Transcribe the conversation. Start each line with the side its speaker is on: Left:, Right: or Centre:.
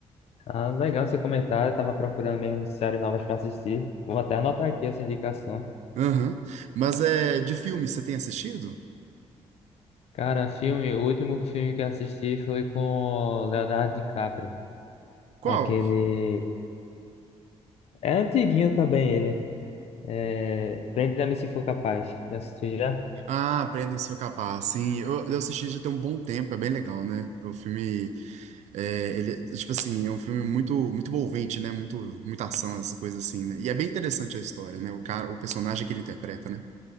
Left: Ah, legal seu comentário. Eu tava procurando mesmo séries novas pra assistir. Vou até anotar aqui essa indicação.
Right: Aham. Mas é de filme, você tem assistido?
Left: Cara, filme, o último filme que eu assisti foi com o Leonardo DiCaprio.
Right: Qual?
Left: Aquele. É antiguinho também ele. É, Prenda-me se for capaz. Já assistiu já?
Right: Ah, Aprenda, Sou Capaz. Sim, eu, eu assisti já tem um bom tempo, é bem legal, né? O filme, é, ele, tipo assim, é um filme muito, muito envolvente, né? Muito, muita ação, essas coisas assim, né? E é bem interessante a história, né? O cara, o personagem que ele interpreta, né?